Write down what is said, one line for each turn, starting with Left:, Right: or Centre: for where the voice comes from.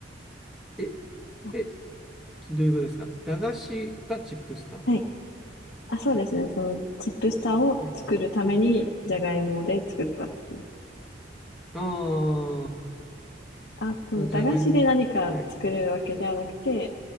Centre: え、
Left: あ、
Centre: え、ちょどういうことですか駄菓子がチップスター。
Left: はい。あ、そうですね。そのチップスターを作るためにじゃがいもで作ったっていう。
Centre: はい。ああ、
Left: あと、その駄菓子で何か作るわけではなくて、
Centre: そのじゃがいもで。はい、